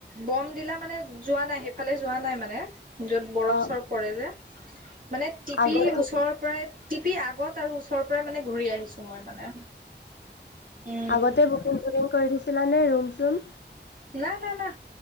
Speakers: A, on the right; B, on the left.
A: বম দিলা টো মানে যোৱা নাই সেইফালে যোৱা নাই মানে যত বৰফ
B: অ
A: চৰফ পৰে যে মানে টিপি
B: আগতে
A: ওচৰৰ পৰাই টিপি আগত আৰু ওচৰ মানে ঘূৰি আহিছো মই মানে উম
B: আগতে বুকিং চুকিং কৰি দিছো ছিলানে ৰুম চোম
A: ন না না